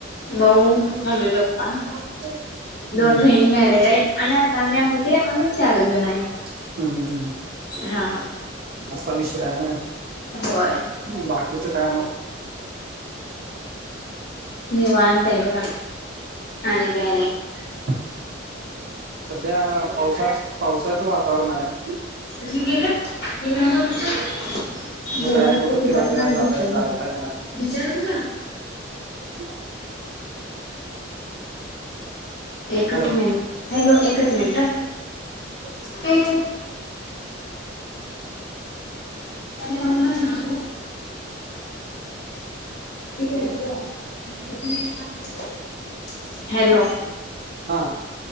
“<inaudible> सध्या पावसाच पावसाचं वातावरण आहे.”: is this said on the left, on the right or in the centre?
Right